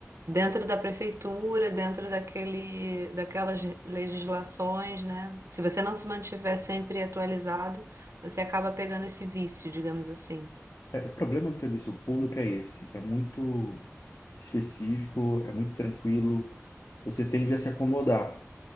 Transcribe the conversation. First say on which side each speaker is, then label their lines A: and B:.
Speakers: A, on the right; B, on the left.
A: dentro da prefeitura, dentro daquele, daquelas legislações, né? Se você não se mantiver sempre atualizado, você acaba pegando esse vício, digamos assim.
B: é, o problema do serviço público é esse, é muito específico, é muito tranquilo, você tende a se acomodar.